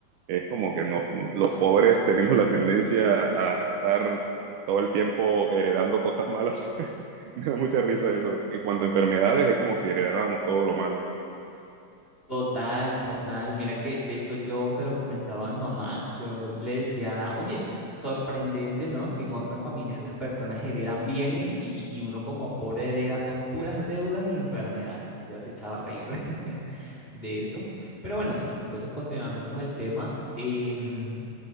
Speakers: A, on the right; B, on the left.
A: Es como que no, los pobres tenemos la tendencia a estar todo el tiempo heredando cosas malas. <laughs> Me da mucha risa eso. En cuanto a enfermedades, es como si heredáramos todo lo malo.
B: Total, total. Mira que de eso yo se lo comentaba a mi mamá. Yo le decía, oye, sorprendente, ¿no? Que en otras familias las personas heredan bienes y, y uno como pobre hereda son puras deudas y enfermedades. Y ya se echaba a reír <laughs> de eso. Pero bueno, sí. Entonces, continuando con el tema, em,